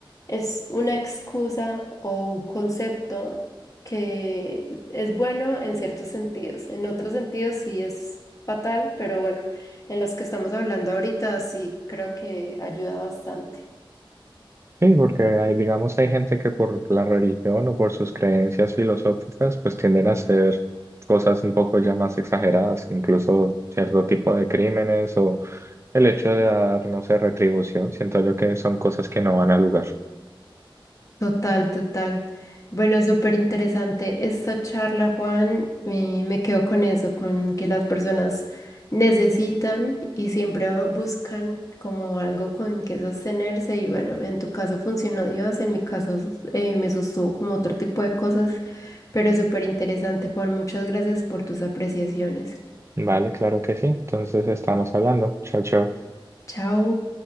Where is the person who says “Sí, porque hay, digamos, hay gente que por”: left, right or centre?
Right